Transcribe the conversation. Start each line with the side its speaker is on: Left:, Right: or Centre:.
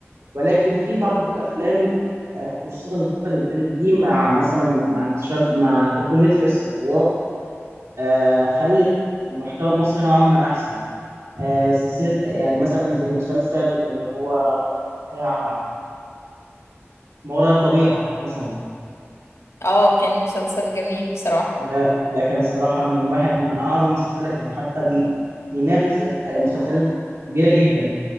Right: ولكن في بعض الافلام آه خصوصا الفتره اللي فاتت دي مع مثلا مع انتشار مع دخول نتفليكس في الحوار آه خلت المحتوى المصري نوعا ما احسن آه سلسله يعني مثلا زي مسلسل اللي هو بتاع ما وراء الطبيعه مثلا
Left: اه كان مسلسل جميل بصراحة
Right: ده ده كان صراحة من واحد من أعظم المسلسلات يعني حتى بي بينافس أف- مسلسلات كبيرة جدا